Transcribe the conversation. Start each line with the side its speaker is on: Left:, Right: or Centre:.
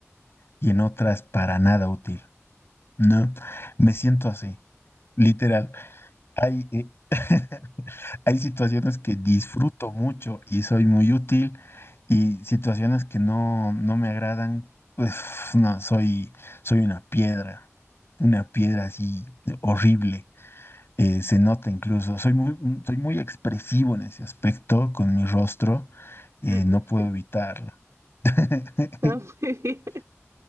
Left: y en otras para nada útil, ¿no? Me siento así, literal. Hay, eh, <laughs> hay situaciones que disfruto mucho y soy muy útil y situaciones que no, no me agradan, pues no, soy, soy una piedra, una piedra así horrible eh, se nota incluso, soy muy, mm, soy muy expresivo en ese aspecto con mi rostro, eh,
Right: <laughs>
Left: no puedo evitarlo. <laughs>
Right: Está muy bien.